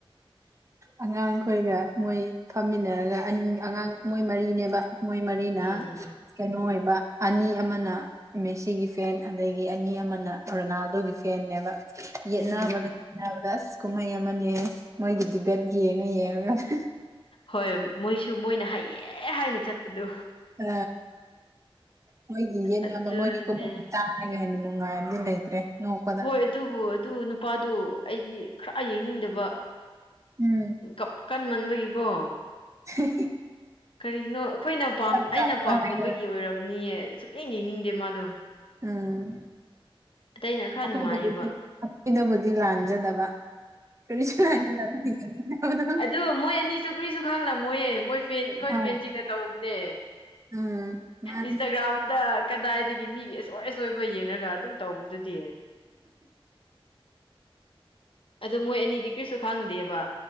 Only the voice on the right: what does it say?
ꯑꯉꯥꯡꯈꯣꯏꯒ ꯃꯣꯏ ꯐꯝꯃꯤꯟꯅꯔꯒ ꯑꯟ ꯑꯉꯥꯡ ꯃꯣꯏ ꯃꯔꯤꯅꯦꯕ ꯃꯣꯏ ꯃꯔꯤꯅ
ꯀꯩꯅꯣ ꯑꯣꯏꯕ ꯑꯅꯤ ꯑꯃꯅ ꯃꯦꯁꯤꯒꯤ ꯐꯦꯟ ꯑꯗꯒꯤ ꯑꯅꯤ ꯑꯃꯅ ꯔꯣꯅꯥꯜꯗꯣꯒꯤ ꯐꯦꯟꯅꯦꯕ ꯌꯦꯠꯅꯕꯗ
ꯈꯦꯅꯕꯗ ꯑꯁ ꯀꯨꯝꯍꯩ ꯑꯃꯅꯤꯍꯦ ꯃꯣꯏꯒꯤꯗꯤ ꯕꯦꯠ ꯌꯦꯡꯉ ꯌꯦꯡꯉꯔꯒ
ꯑ ꯃꯣꯏꯒꯤ ꯌꯦꯠꯅꯕ
ꯃꯣꯏꯒꯤ ꯀꯨꯝꯍꯩ ꯇꯥ ꯔꯒ ꯍꯦꯟꯅ ꯅꯨꯡꯉꯥꯏꯕꯗꯤ ꯂꯩꯇ꯭ꯔꯦ ꯅꯣꯛꯄꯗ
ꯎꯝ
<unintelligible>
ꯁꯛ
ꯀꯥꯛꯄ
ꯍꯥꯏꯒꯦꯔꯥ
ꯎꯝ
ꯑꯈꯣꯏꯗꯕꯨꯗꯤ
ꯑꯈꯣꯏ ꯗꯕꯨꯗꯤ ꯂꯥꯟꯖꯗꯕ ꯀꯔꯤꯁꯨ ꯂꯥꯟꯗꯗꯕꯒꯤ ꯌꯦꯡꯅꯤꯡꯗꯕꯗꯣ
ꯍꯣꯏ
ꯎꯝ ꯃꯥ